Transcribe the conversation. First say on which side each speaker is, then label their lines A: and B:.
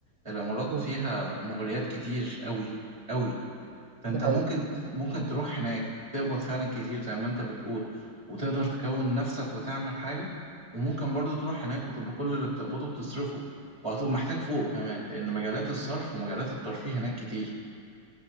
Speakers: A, on the right; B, on the right.
A: الإمارات
B: قول
A: فيها مغريات كتير أوي أوي فانت
B: دي حقيقة
A: ممكن ممكن تروح هناك تقبض فعلا كتير زي ما انت بتقول وتقدر تكون نفسك وتعمل حاجة وممكن برضو تروح هناك وتبقى كل اللي بتقبضه بتصرفه وهتبقى محتاج فوقه كمان لأن مجالات الصرف ومجالات الترفيه هناك كتير